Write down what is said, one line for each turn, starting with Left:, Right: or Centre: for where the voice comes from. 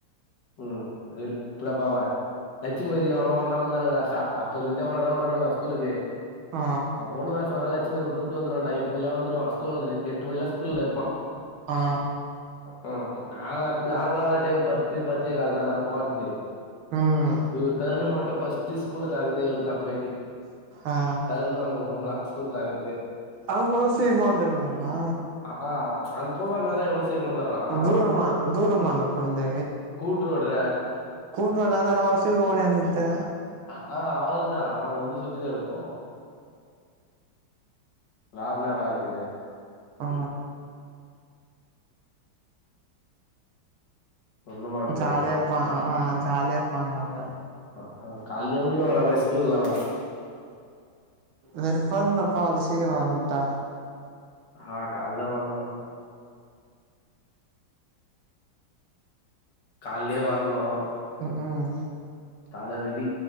Left: ம் வெரு <inaudible> பாவ லட்சுமதி அவனு ஒன்னா வந்தானங்கடா சா அப்போலோந்தே ஒன்னா தா வருவானோங்கோ ஸ்கூலுக்கு
Right: ஆ
Left: அவ பொண்ணு வேன் சொன்னல லட்சுபதி உட்டு உட்டு வந்துருவான்டா எட்டு மணிலா வந்துருவா ஸ்கூல்லான்ட எ எட்டு மணில்லா ஸ்கூல்ல இருப்பா
Right: ஆ
Left: ம் ஹும் நாங்க நார்மலா வர்ர டைம் பத்து பத்தே கால் தா நாங்க போறதே
Right: ம்
Left: இவரு தருணு மட்டு ஃபஸ்ட்டே ஸ்கூல்ல தெரக்குதே இவரு தா போயிட்டு
Right: ஆ
Left: தரணு அந்த பொண்ணுதா ஸ்கூல் தெரக்கறதே
Right: அவளுக்கு மொத சீமாந்தெருமாமா
Left: அ ஆ அங்க போகாதனல்லா இவ்வளவு சீக்கிரமா வந்துர்றான்
Right: தூரமா தூரமா அந்த ப்ரெண்ட்
Left: கூட்டுரோடுற
Right: கூட்டு ரோடுடா இருந்தா இன்னரம் சீக்ரோம் ஒடியாருந்துருது
Left: அ ஆ அவள்தான் அவன் வந்து சுத்தினே இருக்கும் வேறனா வேலை இக்குது
Right: ஆ
Left: ஒன்னு பண்ண முடியாதுபா
Right: ஜாலியா இருப்பான் அ ஆ ஜாலியா இருப்பாங்க அவுங்க
Left: அ ஆ காலயே வந்துருவாங்கடா அப்றோம் ஸ்கூல் வேனாம்
Right: வெறுப்பாதுங்கப்பா அதுங்க சீக்கிரம் வன்ட்டா
Left: ஆ கால்ல வர்னோ காலயே வர்ணோ
Right: ம் ம்
Left: தலவெலி